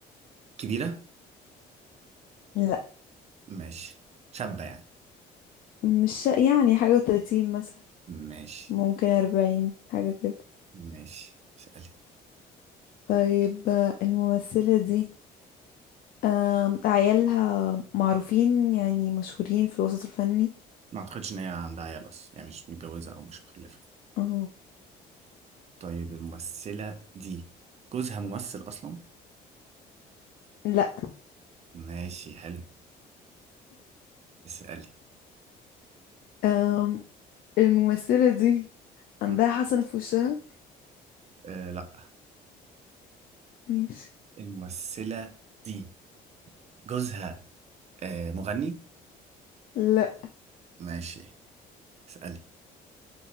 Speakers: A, on the right; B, on the left.
A: كبيرة
B: لا
A: ماشي شابة يعني
B: مش يعني حاجة وتلاتين مثلا
A: ماشي
B: ممكن أربعين حاجة كده
A: ماشي اسألي
B: طيب آه، الممثلة دي أم... عيالها معروفين يعني مشهورين في الوسط الفني
A: ما أعتقدش إن هي عندها عيال أصلا يعني مش متجوزة أو مش مخلفة
B: أم...
A: طيب الممثلة دي جوزها ممثل أصلا؟
B: لا
A: ماشي حلو اسألي
B: <laughs> أم... الممثلة دي عندها
A: م-
B: حسنة في وشها
A: آه لا
B: ماشي
A: الممثلة دي جوزها آه مغني؟
B: لا
A: ماشي اسألي